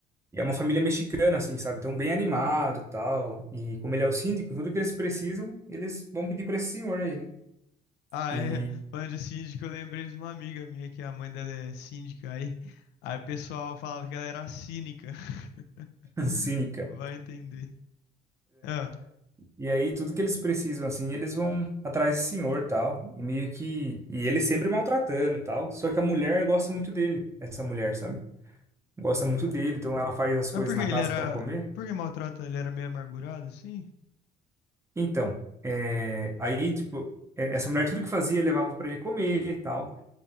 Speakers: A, on the right (about 15°); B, on the left (about 85°).
A: E é uma família mexicana, assim, sabe? Então, bem animado, tal. E como ele é o síndico, tudo que eles precisam, eles vão pedir para esse senhor aí, né?
B: Ah,
A: E
B: é. Falando de síndico, eu lembrei de uma amiga minha que a mãe dela é síndica. Aí, aí o pessoal falava que ela era cínica. <laughs>
A: <laughs> cínica.
B: Vai entender. Ah,
A: E aí, tudo que eles precisam, assim, eles vão atrás desse senhor, tal. E meio que... E ele sempre maltratando, tal. Só que a mulher gosta muito dele, essa mulher, sabe? Gosta
B: aham.
A: muito dele, então ela faz as coisas
B: Ah, porque
A: na
B: ele
A: casa
B: era.
A: para comer.
B: Por que maltrata? Ele era meio amargurado, assim?
A: Então, é... aí, tipo, é- essa mulher tudo que fazia levava para ele comer, tal.